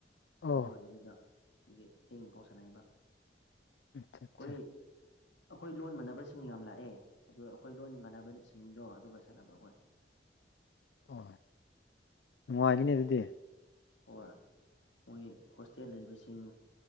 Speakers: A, on the left; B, on the left.
A: ꯑꯣ
B: ꯁꯝꯃꯔ ꯑꯣꯏꯕꯗꯨꯗ ꯑꯩꯈꯣꯏꯒꯤ ꯊꯦꯡ ꯄꯥꯎ ꯁꯅꯩꯌꯦꯕ
A: ꯑꯠꯆꯥ ꯑꯠꯆꯥ
B: ꯑꯩꯈꯣꯏ ꯑꯩꯈꯣꯏ ꯂꯣꯟ ꯃꯥꯟꯅꯕꯁꯤꯡ ꯌꯥꯝ ꯂꯥꯛꯑꯦ ꯑꯗꯣ ꯑꯩꯈꯣꯏ ꯂꯣꯟ ꯃꯥꯟꯅꯕꯁꯤꯡꯗꯣ ꯑꯗꯨꯒ ꯁꯥꯟꯅꯕ ꯑꯩꯈꯣꯏ
A: ꯑꯣ ꯅꯨꯡꯉꯥꯏꯅꯤꯅꯦ ꯑꯗꯨꯗꯤ
B: ꯍꯣꯏ ꯃꯣꯏ ꯍꯣꯁꯇꯦꯜ ꯂꯩꯕꯁꯤꯡ